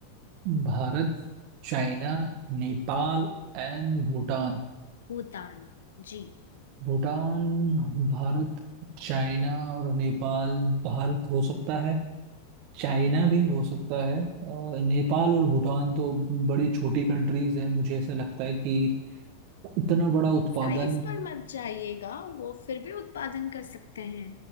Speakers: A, on the right; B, on the left.
A: Bharat China Nepal and Bhutan
B: भूटान जी
A: Bhutan Bharat China और नेपाल भारत हो सकता है चाइना भी हो सकता है अ, नेपाल और भूटान तो बड़ी छोटी कंट्रीज हैं मुझे ऐसा लगता है कि इतना बड़ा उत्पादन
B: साइज पर मत जाइएगा वो फिर भी उत्पादन कर सकते हैं